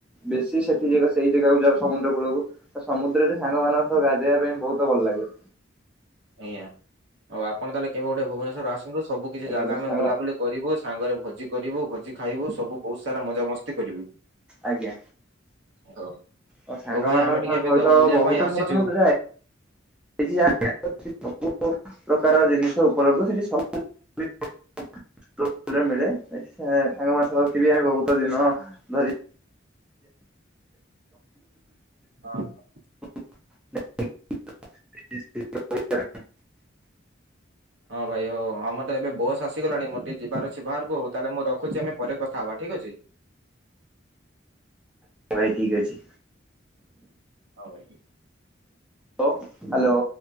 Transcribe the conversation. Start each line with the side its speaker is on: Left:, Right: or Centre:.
Centre: ବେଶୀ ସେଠି ସେଇ ଜାଗାକୁ ଯାଉ ସମୁଦ୍ର କୂଳକୁ। ତ ସମୁଦ୍ରରେ ସାଙ୍ଗମାନଙ୍କ ସହ ଗାଧେଇବା ପାଇଁ ବହୁତ ଭଲ ଲାଗେ।
Right: ଆଜ୍ଞା, ଆଉ ଆପଣ ତାହେଲେ କେବେ ଗୋଟେ ଭୁବନେଶ୍ୱର ଆସନ୍ତୁ ସବୁ କିଛି
Centre: ଆଜ୍ଞା
Right: ଜାଗା
Centre: ତ
Right: ଆମେ
Centre: ସାଙ୍ଗ
Right: ବୁଲାବୁଲି କରିବୁ ସାଙ୍ଗରେ ଭୋଜି କରିବୁ ଭୋଜି ଖାଇବୁ ସବୁ ବହୁତ ସାରା ମଜାମସ୍ତି କରିବୁ।
Centre: ଆଜ୍ଞା।
Right: ହ,
Centre: ମୋ ସାଙ୍ଗମାନଙ୍କ
Right: ହଉ ଭାଇ ଆମେ ଟିକେ ଏବେ
Centre: ସହିତ
Right: ତ ବୁଲିବା
Centre: ବହୁତ
Right: ପାଇଁ ଆସିଚୁ
Centre: ଥର ମୁଁ ତ <unintelligible> ପ୍ରକାର ଜିନିଷ ଉପଲବ୍ଧ ସେଠି ସବୁ <unintelligible> ମିଳେ, ଏଠି ସାଙ୍ଗ <unintelligible> ବହୁତ ଦିନ ଧରି
Right: ହଁ ହଁ।
Centre: <unintelligible>
Right: ହଁ ଭାଇ ହ ଆମ ଏବେ ବସ୍ ଆସିଗଲାଣି ମୋର ଟିକେ ଯିବାର ଅଛି ବାହାରକୁ ହଉ ତାହେଲେ ମୁଁ ରଖୁଛି ଆମେ ପରେ କଥା ହବା ଠିକ ଅଛି।
Centre: ଭାଇ ଠିକ୍ ଅଛି।
Right: ହଉ ଭାଇ।
Centre: ଲୋ ହ୍ୟାଲୋ।